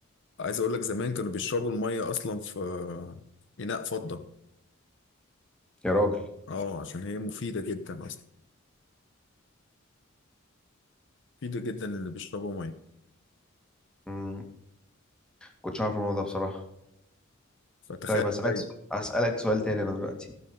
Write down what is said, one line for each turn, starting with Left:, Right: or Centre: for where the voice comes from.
Left: عايز أقول لك زمان كانوا بيشربوا المية أصلا في إناء فضة
Centre: يا راجل
Left: أه عشان هي مفيدة جدا أصلا مفيدة جدا اللي بيشربوا مية
Centre: مم. كنتش عارف الموضوع ده بصراحه
Left: فتخيل
Centre: طيب هسألك
Left: بقى
Centre: سؤال- هسألك سؤال تاني انا دلوقتي